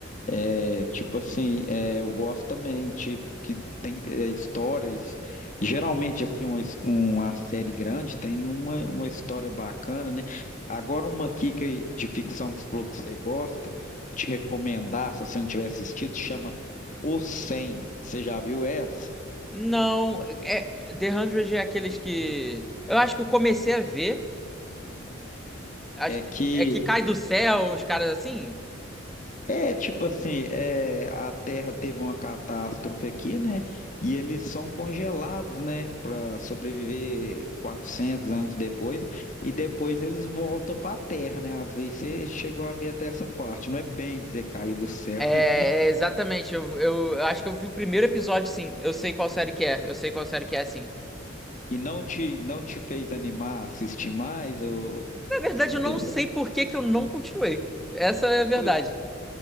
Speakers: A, on the left; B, in the centre.
A: É, tipo assim, é, eu gosto também, tipo, que tem é, histórias. Geralmente, assim, uma, his- uma série grande tem uma, uma história bacana, né? Agora, uma aqui que, de ficção que você falou que você gosta, vou te recomendar, se você não tiver assistido, chama O 100. Você já viu essa?
B: Não, é, The 100 é aqueles que. Eu acho que eu comecei a ver. acho-
A: É que.
B: É que cai do céu, uns caras assim.
A: É, tipo assim, é, a Terra teve uma catástrofe aqui, né? E eles são congelados, né? Para sobreviver 400 anos depois. E depois eles voltam para a Terra, né? Às vezes você chegou a ver até essa parte. Não é bem dizer cair do céu,
B: É,
A: né?
B: é, exatamente. Eu, eu, eu acho que eu vi o primeiro episódio, sim. Eu sei qual série que é. Eu sei qual série que é, sim.
A: E não te, não te fez animar, a assistir mais? Ou
B: Na verdade,
A: aconteceu?
B: eu não sei por que que eu não continuei. Essa é a verdade.
A: Pois